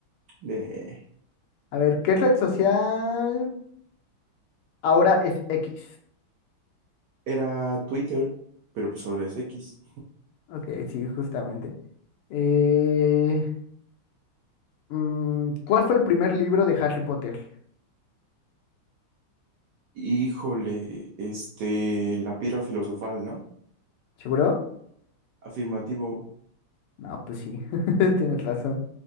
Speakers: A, on the right; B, on the left.
A: De...
B: A ver, ¿qué red social ahora es X?
A: Era Twitter, pero pues ahora es X.
B: Ok, sí, justamente. Eh, Mm, ¿cuál fue el primer libro de Harry Potter?
A: Híjole, este, la piedra filosofal, ¿no?
B: ¿Seguro?
A: Afirmativo,
B: No, pues sí, <laughs> tienes razón.